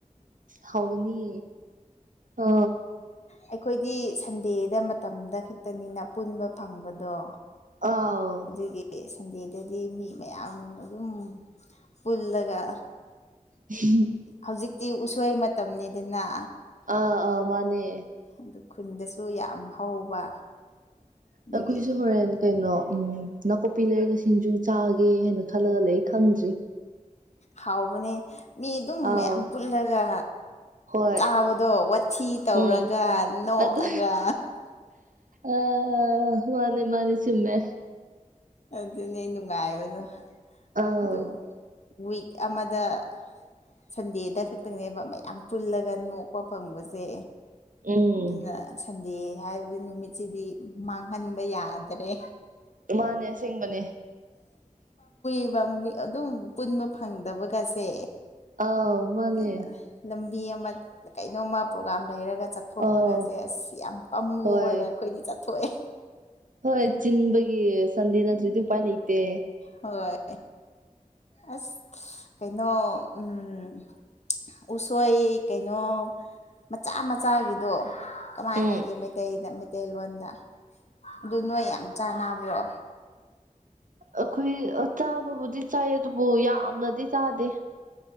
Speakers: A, on the right; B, on the left.
A: ꯍꯥꯎꯅꯤ ꯑ
B: ꯑꯩꯈꯣꯏꯗꯤ ꯁꯟꯗꯦꯗ ꯃꯇꯝꯗ ꯈꯛꯇꯅꯤꯅ ꯄꯨꯟꯕ ꯐꯪꯕꯗꯣ
A: ꯑꯥꯎ
B: ꯑꯗꯨꯒꯤ ꯁꯟꯗꯦꯗꯗꯤ ꯃꯤ ꯃꯌꯥꯝ ꯑꯗꯨꯝ ꯄꯨꯜꯂꯒ
A: ꯎꯝ
B: ꯍꯧꯖꯤꯛꯇꯤ ꯎꯁꯣꯏ ꯃꯇꯝꯅꯤꯗꯅ
A: ꯑꯥ ꯑꯥ ꯃꯥꯅꯦ
B: ꯑꯗꯨ ꯈꯨꯟꯗꯁꯨ ꯌꯥꯝ ꯍꯧꯕ ꯑꯗꯨꯒꯤ
A: ꯑꯩꯈꯣꯏꯁꯨ ꯍꯣꯔꯦꯟ ꯀꯩꯅꯣ ꯅꯥꯀꯨꯞꯄꯤ ꯂꯩꯔꯒ ꯁꯤꯡꯖꯨ ꯆꯥꯒꯦ ꯍꯥꯏꯅ ꯈꯜꯂꯒ ꯂꯩ ꯈꯪꯗ꯭ꯔꯤ
B: ꯍꯥꯎꯕꯅꯦ ꯃꯤ ꯑꯗꯨꯝ
A: ꯑꯥꯎ
B: ꯃꯌꯥꯝ ꯄꯨꯜꯂꯒ
A: ꯍꯣꯏ
B: ꯆꯥꯕꯗꯣ ꯋꯥꯊꯤ ꯇꯧꯔꯒ
A: ꯎꯝ
B: ꯅꯣꯛꯑꯒ
A: ꯑꯗꯨ ꯑ ꯃꯥꯅꯤ ꯃꯥꯅꯤ ꯆꯨꯝꯃꯦ
B: ꯑꯗꯨꯅꯦ ꯅꯨꯡꯉꯥꯏꯕꯗꯣ
A: ꯑꯥꯎ
B: ꯑꯗꯣ ꯋꯤꯛ ꯑꯃꯗ ꯁꯟꯗꯦꯗ ꯈꯛꯇꯪꯅꯦꯕ ꯃꯌꯥꯝ ꯄꯨꯜꯂꯒ ꯅꯣꯛꯄ ꯐꯪꯕꯁꯦ
A: ꯎꯝ
B: ꯑꯗꯨꯅ ꯁꯟꯗꯦ ꯍꯥꯏꯕꯒꯤ ꯅꯨꯃꯤꯠꯁꯤꯗꯤ ꯃꯥꯡꯍꯟꯕ ꯌꯥꯗ꯭ꯔꯦ
A: ꯃꯥꯅꯦ ꯑꯁꯦꯡꯕꯅꯦ
B: ꯨꯕ ꯑꯗꯨꯝ ꯄꯨꯟꯕ ꯐꯪꯗꯕꯒꯁꯦ
A: ꯑꯥꯎ ꯃꯥꯅꯦ
B: ꯀꯩꯅꯣ ꯂꯝꯕꯤ ꯑꯃ ꯀꯩꯅꯣꯝꯃ ꯄ꯭ꯔꯣꯒꯥꯝ ꯂꯩꯔꯒ ꯆꯠ ꯆꯥꯊꯣꯛꯄꯒꯥꯁꯦ
A: ꯑꯥꯎ
B: ꯑꯁ ꯌꯥꯝ ꯄꯝꯃꯨꯔꯒ
A: ꯍꯣꯏ
B: ꯑꯩꯈꯣꯏꯗꯤ ꯆꯠꯊꯣꯛꯑꯦ
A: ꯍꯣꯏ ꯆꯤꯟꯕꯒꯤ ꯁꯟꯗꯤ ꯅꯠꯇ꯭ꯔꯔꯤꯗꯤ ꯎꯄꯥꯏ ꯂꯩꯇꯦ
B: ꯍꯣꯏ ꯑꯁ ꯀꯩꯅꯣ ꯎꯝ ꯎꯁꯣꯏ ꯀꯩꯅꯣ ꯃꯆꯥ ꯃꯆꯥꯒꯤꯗꯣ ꯀꯃꯥꯏ
A: ꯎꯝ
B: ꯍꯥꯏꯒꯦ ꯃꯩꯇꯩꯗ ꯃꯩꯇꯩꯂꯣꯟꯗ ꯑꯗꯨ ꯅꯣꯏ ꯌꯥꯝ ꯆꯥꯟꯅꯕ꯭ꯔꯣ
A: ꯑꯩꯈꯣꯏ ꯆꯥꯕꯕꯨꯗꯤ ꯆꯥꯏ ꯑꯗꯨꯕꯨ ꯌꯥꯝꯅꯗꯤ ꯆꯥꯗꯦ